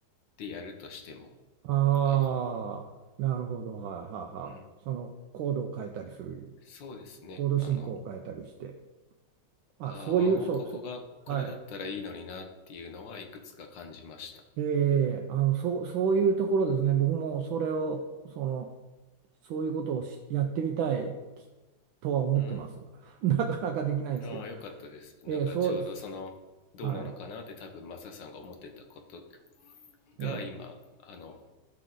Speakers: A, on the left; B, on the right.
A: でやるとしても
B: ああなるほどはいはいはいそのコードを変えたりする
A: あのうんそうですねあの
B: コード進行を変えたりしてあそういうそうそうはい
A: あ和音ここがこれだったらいいのになっていうのはいくつか感じました。
B: ええ、あの、そう、そういうところですね。僕もそれを、その、そういうことをしやってみたいきとは思ってます。
A: うん。
B: <laughs> なかなかできないですけど。
A: ああ、よかったです。
B: ええ、
A: なんかちょうどその、
B: そう、
A: どうなのかなって多分マサさんが思ってたこと
B: はい。
A: が今、
B: ええ、
A: あの、